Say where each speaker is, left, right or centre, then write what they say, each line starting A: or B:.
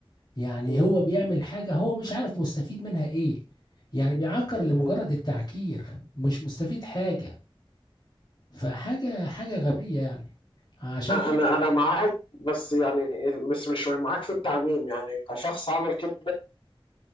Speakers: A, on the left (about 50°); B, on the left (about 65°).
A: يعني
B: مم.
A: هو بيعمل حاجه هو مش عارف مستفيد منها ايه يعني بيعكر لمجرد
B: مم.
A: التعكير مش مستفيد حاجه فحاجه حاجه غبيه يعني عشان
B: انا
A: كده
B: انا معاك بس يعني مش مش معاك في التعميم يعني كشخص عمل كده